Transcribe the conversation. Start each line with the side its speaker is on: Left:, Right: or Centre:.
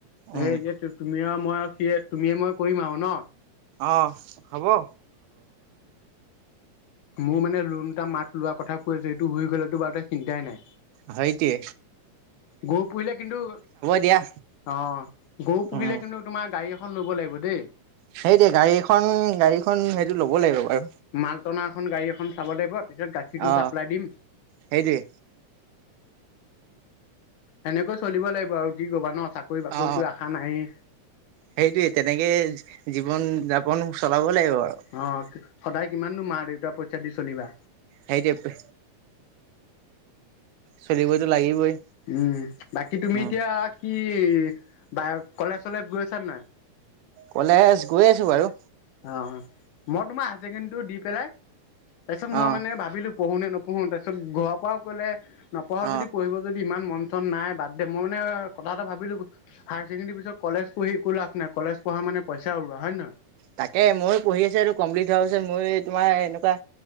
Left: সেই
Right: উম।
Left: তুমি আৰু মই আৰু সি তুমিয়ে মই কৰিম আৰু ন?
Right: অ', হব অ
Left: মোৰ মানে লোণ এটা মাক লোৱা কথা কৈ আছো এইটো হৈ গ'লেটো বাৰু তে চিন্তাই নাই।
Right: হয় টিয়ে।
Left: গৰু পুহিলে কিন্তু অ
Right: দিয়া।
Left: গৰু
Right: উম
Left: পুহিলে কিন্তু তোমাৰ গাড়ী এখ খন ল'ব লাগিব দেই।
Right: সেইটোৱে গাড়ীখন, গাড়ীখন সেইটো ল'ব লাগিব বাৰু।
Left: মালটনা এখন গাড়ী এখন চাব লাগিব পিছত গাখীৰটো
Right: অ
Left: চাপ্লাই দিম।
Right: সেইটোৱে
Left: সেনেকৈ চলিব লাগিব আৰু কি কবা ন চাকৰি-বাকৰিতো
Right: অ
Left: আশা নাই।
Right: সেইটোৱে তেনেকে জীৱন-যাপন চলাব লাগিব আৰু।
Left: অ', সদায় কিমাননো মা-দেউতা পইচা দি চলিবা।
Right: হেইটোৱে পে চলিবইতো লাগিবই
Left: উম বাকী তুমি
Right: উম।
Left: এতিয়া কি বাই কলেজ চলেজ গৈছা নাই
Right: কলেজ গৈ আছো বাৰু
Left: অ মই তোমাৰ হায়ছেকেণ্ডীটো দি পেলাই তাৰপিছত
Right: অ'।
Left: মই মানে ভাবিলো পঢ়োনে নপঢ়ো তাৰপিছত ঘৰৰ পৰাও ক'লে নপঢ়
Right: অ
Left: যদি পঢ়িব যদি ইমান মন চন নাই বাদ দে মই মানে কথা এটা ভাবিলো হায় চেকেণ্ডেৰী পিছত কলেজ পঢ়ি একো লাভ নাই কলেজ পঢ়া মানে পইচা উৰোৱা হয় নহয়
Right: তাকে ময়ো পঢ়ি আছো এইটো কমপ্লিট হোৱাৰ পিছত মইও তোমাৰ এনুকা